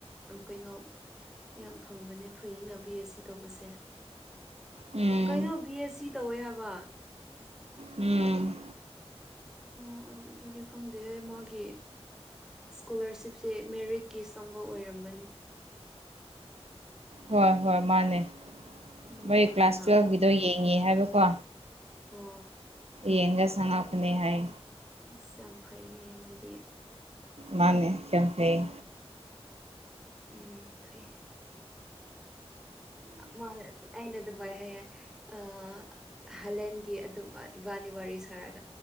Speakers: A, in the centre; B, on the right (about 70°).
A: ꯀꯩꯅꯣ ꯌꯥꯝ ꯐꯪꯕꯅꯦ ꯐꯩꯩꯅꯕꯤ ꯁꯤ ꯇꯧꯕꯁꯦ꯫
B: ꯎꯝ
A: ꯀꯩꯅꯣ ꯕꯤ ꯑꯦꯁ ꯁꯤ ꯇꯧꯋꯦ ꯍꯥꯏꯕ
B: ꯎꯝ
A: ꯑꯣ ꯑꯗꯨꯗꯤ ꯈꯪꯗꯦ ꯍ ꯃꯥꯒꯤ ꯁ꯭ꯀꯣꯂꯥꯔꯁꯤꯞꯁꯦ ꯃꯦꯔꯤꯠꯀꯤ ꯆꯪꯕ ꯑꯣꯏꯔꯝꯒꯅꯤ꯫
B: ꯍꯣꯏ ꯍꯣꯏ ꯃꯥꯅꯦ
A: ꯎꯝ
B: ꯃꯣꯏ
A: ꯐꯩꯅ
B: ꯀ꯭ꯂꯥꯁ ꯇꯨꯋꯦꯜꯕꯒꯤꯗꯣ ꯌꯦꯡꯉꯦ ꯍꯥꯏꯕꯀꯣ
A: ꯍꯣ
B: ꯌꯦꯡꯒ ꯁꯉꯄꯅꯤ ꯍꯥꯏ꯫
A: ꯑꯁ ꯌꯥꯝ ꯐꯩꯅꯦ ꯃꯣꯏꯗꯤ꯫
B: ꯃꯥꯅꯦ ꯌꯥꯝ ꯐꯩꯌꯦ꯫
A: ꯎꯝ ꯐꯩ ꯃ ꯑꯩꯅ ꯑꯗꯨ ꯃꯥꯏ ꯍꯥꯏꯌꯦ꯫ ꯑ ꯍꯂꯦꯟꯒꯤ ꯑꯗꯨ ꯏꯕꯥꯅꯤ ꯋꯥꯔꯤ ꯁꯥꯔꯒ